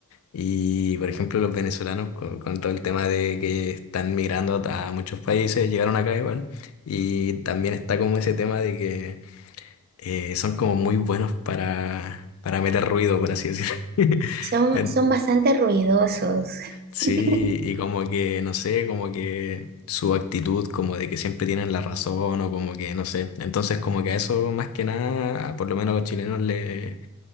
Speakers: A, on the left (about 75°); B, on the right (about 45°).
A: y, por ejemplo, los venezolanos con, con todo el tema de que están migrando a muchos países, llegaron acá igual, y también está como ese tema de que eh, son como muy buenos para, para meter ruido, por así decirlo. <laughs>
B: Son,
A: En-
B: son bastante ruidosos.
A: Sí,
B: <laughs>
A: y como que, no sé, como que su actitud, como de que siempre tienen la razón o como que, no sé. Entonces, como que a eso más que nada, a por lo menos a los chilenos le,